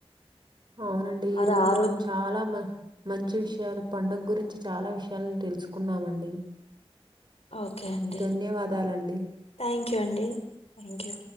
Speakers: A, on the right; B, on the left.
A: అవునండి ఈ
B: అది
A: రోజు
B: ఆ
A: మనం చాలా మ మంచి విషయం ఇయలా పండుగ గురించి చాలా విషయాలను తెలుసుకున్నామండి
B: ఓకే అండి
A: ధన్యవాదాలండి.
B: థ్యాంక్ యూ అండి థ్యాంక్ యూ